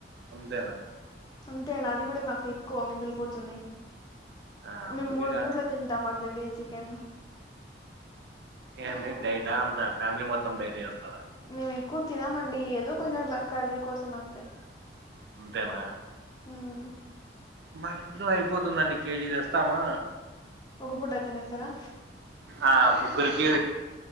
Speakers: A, on the right (about 65°); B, on the left (about 20°).
A: అంతేనా
B: అంతే అండి అది కూడా మాకు ఎక్కువ మిగిలిపోతది
A: ఆ అందుకే
B: మేము మూడు పూట్ల తింటాం అర్ధ కేజీ చికెన్
A: ఏండీ డైటా అంత ఫ్యామిలీ మొత్తం డైట్ చేస్తారా
B: మేము ఎక్కువ తినమండి ఏదో అట్లా కొంచెం కర్రీ కోసం అంతే
A: అంతేనా
B: మ్
A: మా ఇంట్లో అయిపోతుందండి కేజీ తెస్తామా
B: ఒక పూట తినేస్తారా
A: ఆ ముగ్గురికి